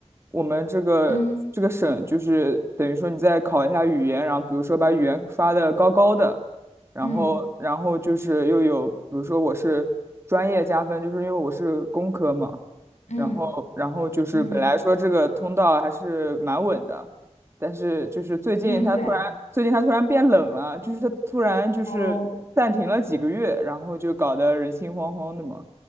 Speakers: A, on the right; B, on the left.
A: 我们这个这个省就是等于说你再考一下语言，
B: 嗯
A: 然后比如说把语言刷的高高的，然后然后就是又有比如说我是专业加分，
B: 嗯
A: 就是因为我是工科嘛。
B: 嗯
A: 然后，然后就是本来说这个通道还是蛮稳的，
B: 嗯
A: 但是就是最近它突然，
B: 嗯，对啊，
A: 最近它突然变冷了，就是它突然就是暂停了几个月，
B: 哦
A: 然后就搞得人心惶惶的嘛。